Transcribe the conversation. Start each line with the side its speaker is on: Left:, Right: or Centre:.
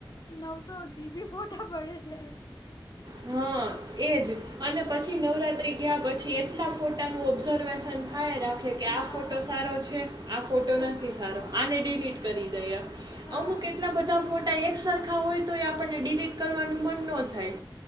Left: નવસો જીબી ફોટા પડે છે.
Right: <unintelligible> એ જ અને પછી નવરાત્રિ ગયા પછી એટલા ફોટાનું ઓબ્ઝર્વેશન થાય રાખે કે આ
Left: હા
Right: ફોટો સારો છે આ ફોટો
Left: હા
Right: નથી સારો આને ડિલીટ કરી દઈએ.
Left: હા
Right: અમુક એટલા બધા ફોટા એક સરખા હોય તો એ આપણને ડિલીટ કરવાનું મન ન થાય.